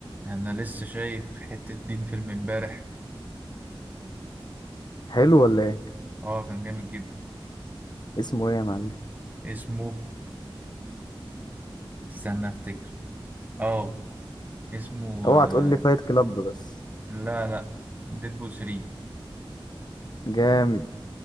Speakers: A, on the right; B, on the left.
A: انا لسه شايف حتة دين فيلم امبارح
B: حلو ولا ايه
A: اه كان جامد جدا
B: اسمه ايه يا معلم
A: اسمه استنى افتكر اه اسمه
B: اوعى
A: آه،
B: تقول لي فايت كلاب بس
A: لا لا ديدبول 3
B: جامد